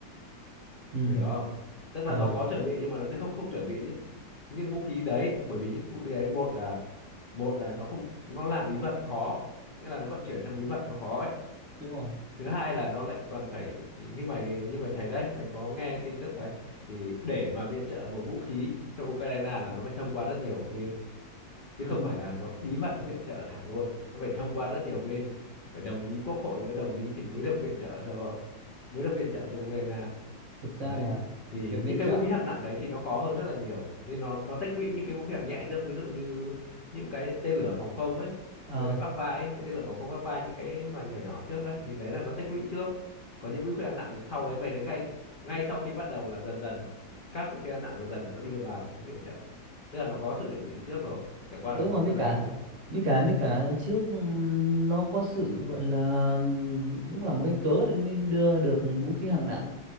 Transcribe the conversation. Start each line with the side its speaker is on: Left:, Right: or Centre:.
Right: ừ
Left: mày hiểu không tức là
Right: rồi
Left: nó có chuẩn bị nhưng mà nó sẽ không không chuẩn bị những những vũ khí đấy bởi vì những vũ khí đấy một là một là nó không nó làm bí mật khó nghĩa là nó vận chuyển trong bí mật nó khó ấy
Right: đúng rồi
Left: thứ hai là nó lại còn phải như mày như mày thấy đấy mày có nghe tin tức đấy thì để mà viện trợ một vũ khí cho Ukraine là nó phải thông qua rất nhiều bên chứ không
Right: đúng
Left: phải
Right: rồi
Left: là nó bí mật nó viện trợ thẳng luôn nó phải thông qua rất nhiều bên phải đồng ý quốc hội nó đồng ý thì mới được viện trợ cho mới được viện trợ cho Ukraine
Right: thực ra
Left: đấy
Right: là
Left: thì
Right: việc viện
Left: những cái
Right: trợ
Left: vũ khí hạng nặng đấy thì nó khó hơn rất là nhiều nên nó nó tích lũy những cái vũ khí hạng nhẹ trước ví dụ như những cái tên lửa phòng không ấy
Right: ờ
Left: mấy cái vác vai ấy mấy tên lửa phòng không vác vai những cái mà nhỏ nhỏ trước đấy thì đấy là nó tích lũy trước còn những vũ khí hạng nặng thì sau đấy mày thấy ngay ngay sau khi bắt đầu là dần dần các vũ khí hạng nặng dần dần nó đã đưa vào để nó viện trợ tức là nó có sự chuẩn bị từ trước rồi chẳng qua
Right: đúng
Left: là nó
Right: rồi
Left: chưa
Right: mấy
Left: làm
Right: cả
Left: thôi
Right: mấy cả mấy cả trước ừm, nó có sự gọi là ừm, cũng là một cái cớ để mới đưa được vũ khí hạng nặng